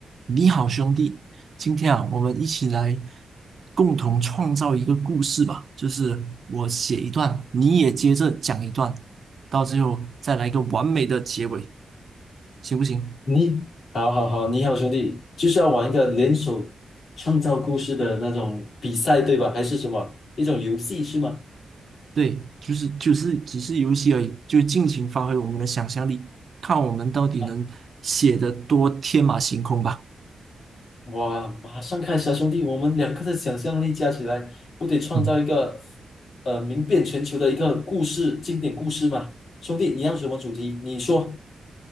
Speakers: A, on the right; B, on the left.
A: 你好，兄弟，今天啊，我们一起来共同创造一个故事吧。就是我写一段，你也接着讲一段，到最后再来一个完美的结尾，行不行？
B: 你好好好，你好兄弟，就是要玩一个联手创造故事的那种比赛，对吧？还是什么一种游戏是吗？
A: 对，就是就是只是游戏而已，就尽情发挥我们的想象力，看我们到底能写得多天马行空吧。
B: 啊，哇，马上开始啊，兄弟，我们两个的想象力加起来，不得创造一个
A: 嗯。
B: 呃名遍全球的一个故事经典故事吗？兄弟，你要什么主题？你说，